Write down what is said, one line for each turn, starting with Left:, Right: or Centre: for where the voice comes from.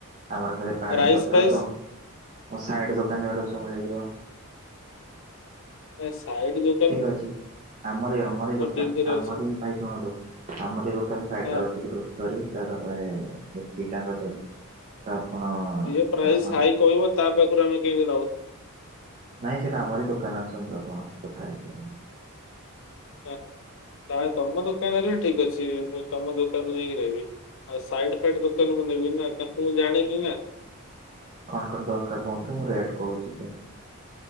Right: ଆମର ଖାଲି ପାଣି
Left: ରାଇସ୍
Right: ପତ୍ର
Left: ଫାଇସ୍
Right: କମ ମୋ ସାଇଡ ଦୋକାନ ରେ ସବୁ ମିଳିଯିବ
Left: ଏ ସାଇଡ ଯୋ
Right: ଠିକ ଅଛି ଆମରି ଆମରି ଦୋକାନ
Left: ଡିଲ୍ କରିବାର
Right: ଆମରି
Left: ଅଛି
Right: ଭାଇ ଶୁଣନ୍ତୁ ଆମର ଏ ଦୋକାନ ଫାକ୍ଟୁ
Left: ହଁ
Right: ରୁ ଅଛି <unintelligible> କରିବ ତା ତାପରେ ଏତିକି ଟାଙ୍କ ଚାଲିଛି ତ ଆପଣ
Left: ଯିଏ ପ୍ରାଇସ୍
Right: ଆସନ୍ତୁ
Left: ହାଇ କହିବ ତା ପାଖରୁ ଆମେ କେମିତି ନଉ
Right: ନାଇଁ ସେଇଟା ଆମରି ଦୋକାନ ଆସନ୍ତୁ ଆପଣ କଥା ହେଇଯିବ
Left: ତା ତମ ଦୋକାନରେ ଠିକ ଅଛି ମୁଁ ତମ ଦୋକାନରୁ ନେଇକି ରହିବି ଆଉ ସାଇଡ ଫାଇଡ ଦୋକାନକୁ ନେବି ନା ତା ମୁଁ ଜାଣିଲି ନା
Right: କଣ କଣ ଦରକାର କୁହନ୍ତୁ ମୁଁ ରେଟ୍ କହୁଛି ସ